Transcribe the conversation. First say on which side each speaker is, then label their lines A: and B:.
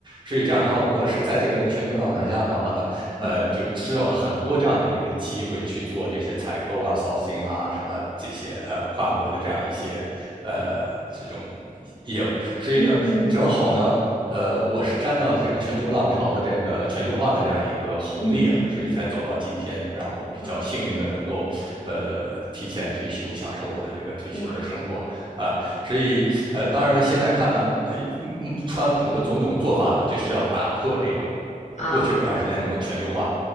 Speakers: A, on the right (about 35°); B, on the left (about 55°).
A: 所以这样的话，我是在这个全球浪潮下的话呢，呃，
B: 嗯
A: 就知道了很多这样的一个机会去做这些采购啊、sourcing 啊什么这些呃跨国的这样一些呃这种。业务，所以呢，
B: 嗯
A: 正好呢，呃，我是沾到了这个全球浪潮的这个全球化的这样一个红利了，
B: 嗯
A: 所以才走到今天，然后比较幸运的能够呃提前退休，
B: 啊
A: 享受我的这个退休的生活啊、
B: 哇
A: 呃。所以呃，当然了，现在看来，哎，嗯川普的种种做法呢，就是要打破这种过去二十年这种全球化。
B: 啊